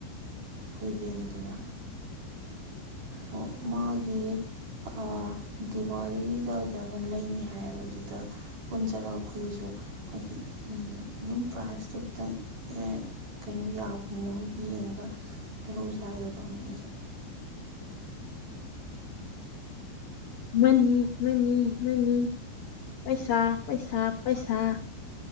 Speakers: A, on the right (about 45°); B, on the left (about 55°).
A: ꯅ‌ꯣꯏ ꯏꯕ‌ꯦꯝꯃꯗꯨꯅ ꯑꯣ ꯃꯥꯒꯤ ꯑꯥ ꯗꯤꯋꯥꯂꯤꯗꯨꯋꯥꯏꯗ ꯑꯃ ꯂꯩꯅꯤ ꯍꯥꯏꯌꯦꯕ ꯑꯗꯨꯗ ꯄꯨꯟꯁꯤꯜꯂꯒ ꯑꯩꯈꯣꯏꯒꯤꯁꯨ ꯍꯥꯏꯗꯤ ꯑꯗꯨꯝ ꯄ꯭ꯔꯥꯏꯖꯇꯣ ꯈꯤꯇꯪ ꯑꯦ ꯀꯩꯅꯣ ꯌꯥꯕ ꯃꯑꯣꯡꯗ ꯌꯦꯡꯉꯒ ꯂꯩꯍꯧꯁ‌ꯦ ꯍꯥꯏꯒ‌ꯦ ꯇꯧꯅꯤ ꯑꯩꯁꯨ
B: ꯃꯅꯤ ꯃꯅꯤ ꯃꯅꯤ ꯄꯩꯁꯥ ꯄꯩꯁꯥ ꯄꯩꯁꯥ